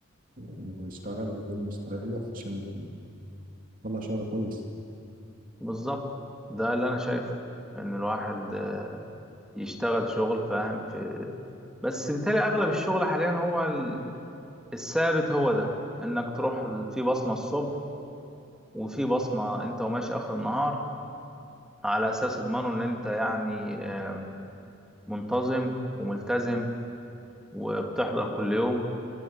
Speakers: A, on the right (about 40°); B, in the centre.
A: اللي يشتغل يكون مستريح عشان يطلع شغل كويس
B: بالظبط ده اللي انا شايفه ان الواحد يشتغل شغل فاهم في بس بالتالي اغلب الشغل حاليا هو ال- الثابت هو ده انك تروح في بصمة الصبح وفي بصمة انت وماشي اخر النهار على اساس يضمنوا ان انت يعني آم، منتظم وملتزم وبتحضر كل يوم